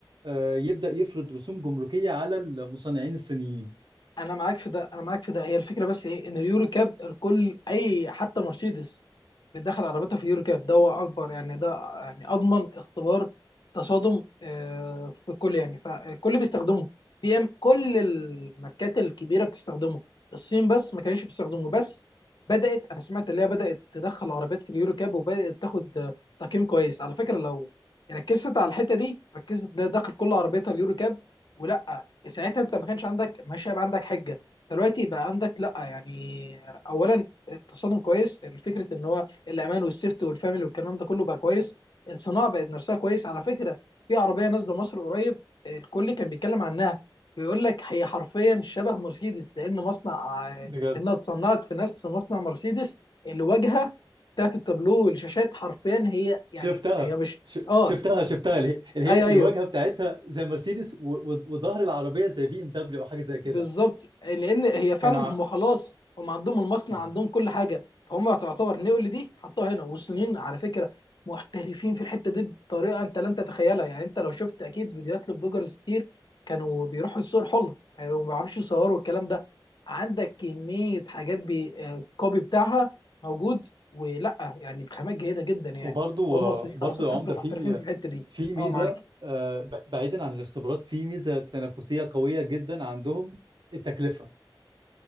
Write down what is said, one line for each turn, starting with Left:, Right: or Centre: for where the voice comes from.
Right: آه، يبدا يفرض رسوم جمركيه على المصنعين الصينيين
Left: انا معاك في ده انا معاك في ده هي الفكره بس ايه ان اليورو كاب الكل اي حتى مرسيدس بتدخل عربيتها في اليورو كاب ده هو اكبر يعني ده يعني اضمن اختبار تصادم آه، في الكل يعني فالكل بيستخدمه بي ام كل الماركات الكبيره بتستخدمه الصين بس ما كانش بيستخدمه بس بدات انا سمعت اللي هي بدات تدخل عربيات في اليورو كاب وبدات تاخد آه، تقييم كويس على فكره لو ركزت على الحته دي ركزت تلاقي داخل كل عربيتها اليورو كاب ولا ساعتها انت ما كانش عندك ماشي هيبقى عندك حجه دلوقتي بقى عندك لا يعني اولا التصادم كويس الفكره ان هو الامان والسيفت والفاميلي والكلام ده كله بقى كويس الصناعه بقت نفسها كويس على فكره في عربيه نازله مصر قريب الكل كان بيتكلم عنها بيقول لك هي حرفيا شبه مرسيدس لان مصنع آه،
Right: بجد
Left: انها اتصنعت في نفس مصنع مرسيدس الواجهه بتاعت التابلو والشاشات حرفيا هي يعني
Right: شفتها
Left: هي مش
Right: ش...
Left: اه
Right: شفتها شفتها اللي هي اللي
Left: ايوه
Right: هي الواجهه
Left: ايوه
Right: بتاعتها زي مرسيدس و... و... وظهر العربيه زي بي ام دبليو او حاجه زي كده
Left: بالظبط لان هي فعلا
Right: كانوا
Left: هم خلاص هم عندهم المصنع
Right: ع...
Left: عندهم كل حاجه فهم تعتبر نقل دي حطوها هنا والصينيين على فكره محترفين في الحته دي بطريقه انت لن تتخيلها يعني انت لو شفت اكيد فيديوهات لبلوجرز كتير كانوا بيروحوا الصور حلو آه، وما بيعرفوش يصوروا الكلام ده عندك كميه حاجات بالكوبي بتاعها موجود ولا يعني بخامات جيده جدا يعني
Right: وبرضو
Left: هم الصينيين
Right: برضو
Left: اصلا
Right: يا
Left: تحسهم
Right: عمده في
Left: محترفين في الحته دي
Right: في ميزه
Left: اه معاك
Right: آه، ب- بعيدا عن الاختبارات في ميزه تنافسيه قويه جدا عندهم التكلفه